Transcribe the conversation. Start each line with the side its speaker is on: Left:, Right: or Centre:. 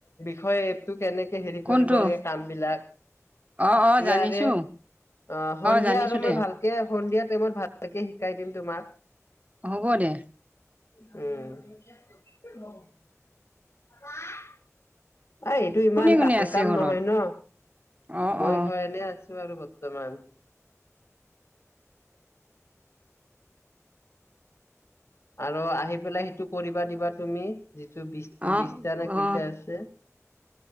Left: হয়, এপ টো কেনেকে হেৰি
Right: কোনটো
Left: কৰিব লাগে কাম বিলাগ।
Right: অ অ
Left: ইয়াৰে
Right: জানিছো
Left: অ সন্ধিয়া
Right: জানিছো
Left: আৰু মই
Right: দে
Left: ভাল কে সন্ধিয়া টাইমত ভালকে শিকাই দিম তোমাক।
Right: হ'ব দে।
Left: উম। <unintelligible> আ, এইটো ইমান
Right: কোনে
Left: টান
Right: কোনে আছে
Left: কাম
Right: ঘৰত
Left: নহয় ন,
Right: অ
Left: মই
Right: অ
Left: ঘৰতে এনে আছো আৰু বৰ্তমান। আৰু আহি পেলাই সেইটো কৰিবা দিবা তুমি। যিটো বিছটা
Right: অ
Left: বিছটা নে কেইটা
Right: অ
Left: আছে।